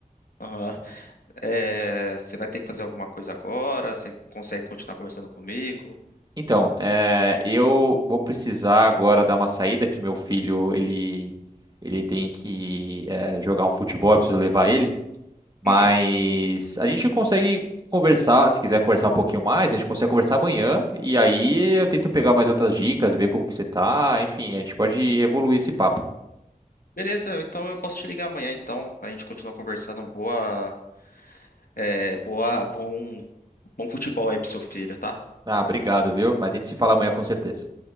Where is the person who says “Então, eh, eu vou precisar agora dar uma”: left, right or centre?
Right